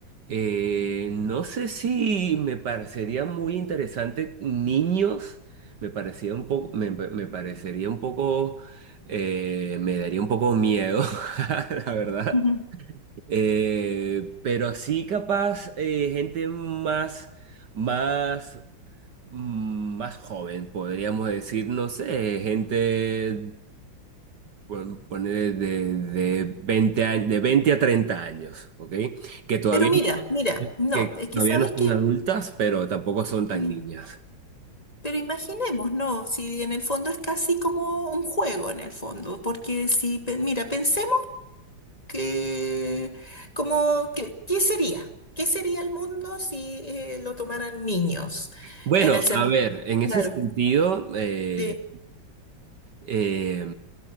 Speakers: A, on the right; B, on the left.
A: Eh, no sé si me parecería muy interesante niños. Me parecía un poco, me, me parecería un poco, eh, me daría un poco miedo, <laughs> la verdad.
B: <laughs> Ujú.
A: Eh, pero sí capaz eh, gente más, más, mm, más joven, podríamos decir, no sé, gente bueno, poner de, de 20 años, de 20 a 30 años, ¿ok? Que todavía,
B: Pero mira, mira, no,
A: que
B: es que
A: todavía
B: sabes
A: no son
B: que,
A: adultas, pero tampoco son
B: sí,
A: tan niñas.
B: pero imaginemos, no, si en el fondo es casi como un juego en el fondo, porque si, pe- mira, pensemos que, como, que, ¿qué sería? ¿Qué sería el mundo si eh, lo tomaran niños?
A: Bueno,
B: En el sentido,
A: a ver, en ese
B: claro,
A: sentido, eh,
B: sí,
A: eh,